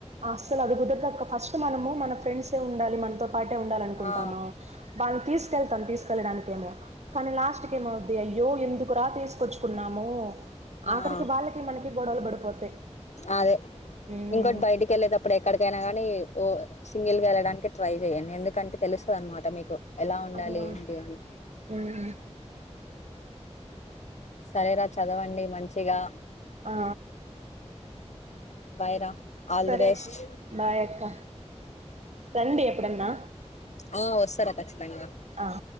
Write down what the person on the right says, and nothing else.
అస్సలు అది కుదరాదు అక్క ఫస్ట్ మనము మన ఫ్రెండ్స్సే ఉండాలి మనతో పాటే ఉండాలనుకుంటాను
వాళ్ళని తీస్ తీసుకెళ్తాం తీసుకెళ్ళడానికి ఏమో కానీ లాస్ట్ కి ఏమవుద్ది అయ్యో ఎందుకురా తీసుకొచ్చుకున్నాము ఆఖరికి
వాళ్ళకి మనకి గొడవలు పడిపోతాయి
హ్మ్
అవును
హ్మ్
ఆ
సరే
అక్క బాయ్ అక్క రండి ఎప్పుడన్నా
ఆ